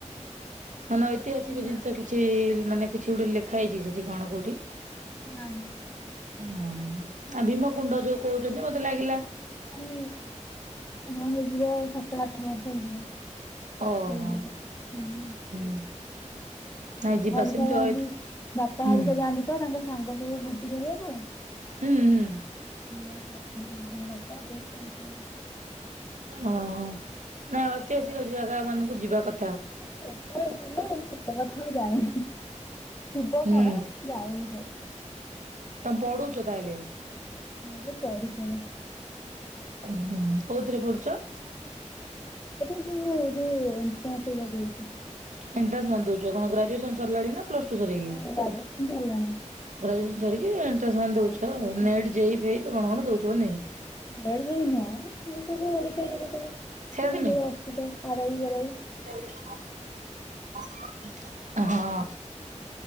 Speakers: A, on the right; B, on the left.
A: ମାନେ ଐତିହାସିକ
B: ନା
A: ଜିନିଷ କିଛି ମାନେ କିଛି ଗୋଟେ ଲେଖା ହେଇଛି କି ସେଠି କଣ କୋଉଠି?
B: ନା ନା
A: ହଁ ଆଉ ଭୀମକୁୁଣ୍ଡ ଯୋଉ କହୁଛନ୍ତି,
B: ଯେବେ
A: ମତେ
B: ମୁଁ ଯାଇଥିଲି
A: ଲାଗିଲା
B: ହେଇଗଲାଣି, ହଁ ହେଇଯିବ ସାତ ଆଠ ବର୍ଷ ହେଇଯିବ।
A: ଓହୋ।
B: ହୁଁ। ହୁଁ
A: ହୁଁ। ନାଇଁ
B: ବାପା
A: ଯିବା
B: ହେରିକା
A: ସେମିତି
B: ଯାଆନ୍ତି।
A: ଅଇଥ
B: ବାପା
A: ହୁଁ
B: ହେରିକା ଯାଆନ୍ତି ତ ତାଙ୍କ ସାଙ୍ଗ ସବୁ ଭୋଜି କରିଆକୁ
A: ହୁଁ ହୁଁ।
B: ମୁଁ ଯାଏ ତାଙ୍କ ସାଙ୍ଗରେ ବାପା, ବୋଉ ସମସ୍ତେ ଯାଆନ୍ତି।
A: ଓହୋ। ନାଇଁ ଐତିହାସିକ ଜାଗାମାନଙ୍କୁ ଯିବା କ
B: ଛୋଟ ହେଇଥିଲା, ମୁଁ ଏତେ କଥା ଆଉ ଜାଣିନି। ଥିବ
A: ହୁଁ
B: କଣ ଜାଣିନି ଭଲସେ।
A: ତମେ ପଢୁଛ ତାହେଲେ?
B: ହଁ ଏବେ ପଢୁଛି ମୁଁ।
A: ହୁଁ ହୁଁ। କୋଉଥିରେ ପଢ଼ୁଛ?
B: ଏବେ ଯୋଉ ଯୋଉ ଏଣ୍ଟ୍ରାନ୍ସ ହେରିକା ଦଉଚି।
A: ଏଣ୍ଟ୍ରାନ୍ସ ମାନ ଦଉଛ। କଣ ଗ୍ରାଜୁଏସନ ସରିଲାଣି ନା ପ୍ଲସ ଟୁ ସାରିକି?
B: ହଁ, ଗ୍ରାଜୁଏସନ ସରିଲାଣି।
A: ଗ୍ରାଜୁଏସନ ସରିକି ଏଣ୍ଟ୍ରାନ୍ସ ମାନେ
B: ହଁ
A: ଦଉଛ
B: ସବୁ
A: ଆଉ।
B: ଏଣ୍ଟ୍ରାନ୍ସ
A: ନେଟ୍ ଯେ ଇ ଫେଇ ତ କଣ କଣ ଦଉଥିବ ନୁହେଁ?
B: ନେଟ୍ ଜେ ଇ ନୁହଁ, ଏଇ ସବୁ ଓଡିଶା ଇଏରେ ସବୁ
A: ସେଇଆ
B: ଆମର
A: ତ ନୁହେଁ
B: ଯୋଉ ଆସିଷ୍ଟାଣ୍ଟ ଆର ଆଇ ଆରାଇ
A: ହଁ।